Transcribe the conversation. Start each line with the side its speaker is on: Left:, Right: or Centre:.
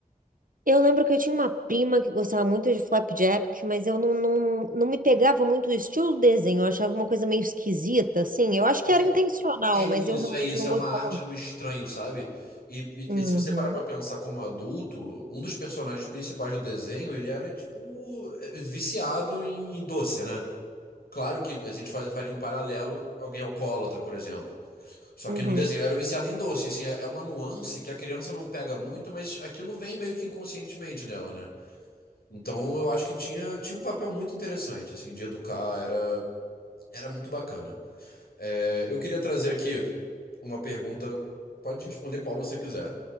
Right: Eu lembro que eu tinha uma prima que gostava muito de Flapjack, mas eu não, não, não me pegava muito o estilo do desenho. Eu achava uma coisa meio esquisita, assim. Eu acho
Left: Pois
Right: que era
Left: é.
Right: intencional,
Left: É isso,
Right: mas eu realmente
Left: é isso,
Right: não
Left: é uma
Right: gostava
Left: arte
Right: muito.
Left: no estranho, sabe? E, e-
Right: Uhum,
Left: e se você parar pra pensar como adulto, um dos personagens principais do desenho, ele era tipo eh, viciado em, em doce, né? Claro que a gente fa- faria um paralelo, alguém alcoólatra, por exemplo. Só
Right: uhum.
Left: que no desenho ele era viciado em doce. Assim, é é uma nuance que a criança não pega muito, mas aquilo vem meio que inconscientemente nela, né? Então eu acho que tinha, tinha um papel muito interessante, assim, de educar, era, era muito bacana. É, eu queria trazer aqui uma pergunta, pode responder qual você quiser.